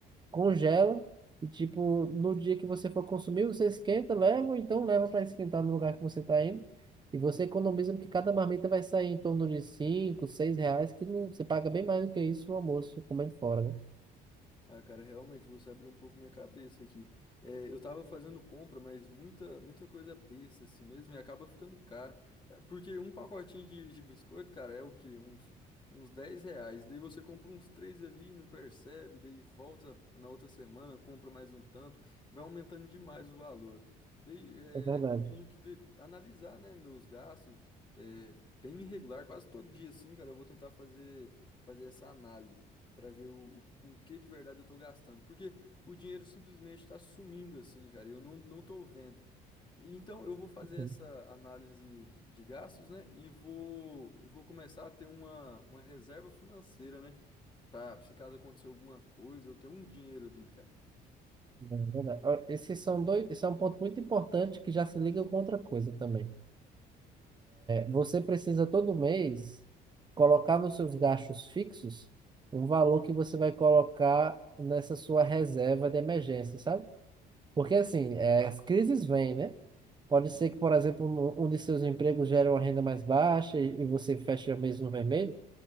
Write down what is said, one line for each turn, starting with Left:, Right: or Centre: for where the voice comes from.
Right: Congela e, tipo, no dia que você for consumir, você esquenta, leva, ou então leva para esquentar no lugar que você está indo. E você economiza, porque cada marmita vai sair em torno de 5 6 reais, que não, você paga bem mais do que isso no almoço, comendo fora, né?
Left: Ah, cara, realmente você abriu um pouco minha cabeça aqui. É, eu tava fazendo compra, mas muita, muita coisa besta assim mesmo e acaba ficando caro. Ca- Porque um pacotinho de, de biscoito, cara, é o quê? Uns, uns 10 reais. Daí você compra uns três ali, não percebe, daí volta na outra semana, compra mais um tanto, vai aumentando demais o valor. Daí é,
Right: É verdade.
Left: tenho que ver, analisar, né, meus gastos. É, bem irregular, quase todo dia assim, cara, eu vou tentar fazer, fazer essa análise. Pra ver o, com o que de verdade eu tô gastando, porque o dinheiro simplesmente tá sumindo assim, cara, e eu não, não tô vendo. E então eu vou fazer essa
Right: Uhum.
Left: análise de gastos, né, e vou e vou começar a ter uma, uma reserva financeira, né, Pra se caso acontecer alguma coisa, eu ter um dinheiro ali, cara.
Right: É verdade. Ó, Esses são dois, esse é um ponto muito importante que já se liga com outra coisa também. Você precisa todo mês colocar nos seus gastos fixos o valor que você vai colocar nessa sua reserva de emergência, sabe? Porque assim, é, as crises vêm, né? Pode ser que, por exemplo, um um de seus empregos gere uma renda mais baixa e, e você fecha mês no vermelho.